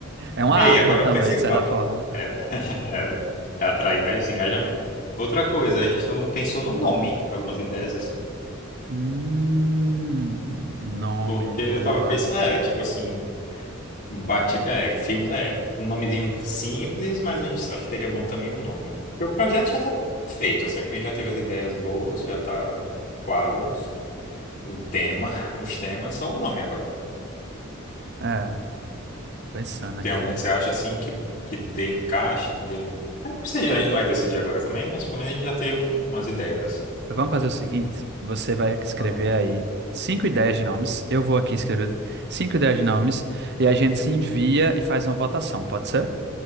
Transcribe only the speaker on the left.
Ei,
agora
o principal.
É, <laughs> é, é atrair mais engajamento. Outra coisa, a gente não pensou no nome, algumas ideias assim,
porque
eu tava pensando, é, tipo assim, bate, é, filmes, é, um nomezinho simples, mas a gente acho que teria bom também um nome. Porque o projeto já tá feito, assim, acho que a gente já teve as ideias boas, já tá quadros, o tema, <laughs> os temas, só o nome agora.
Tem algum que você acha assim que, que dê encaixe, que dê um. Não sei, A gente não vai decidir agora também, mas pelo menos a gente já tem um- umas ideias assim.
Vamos.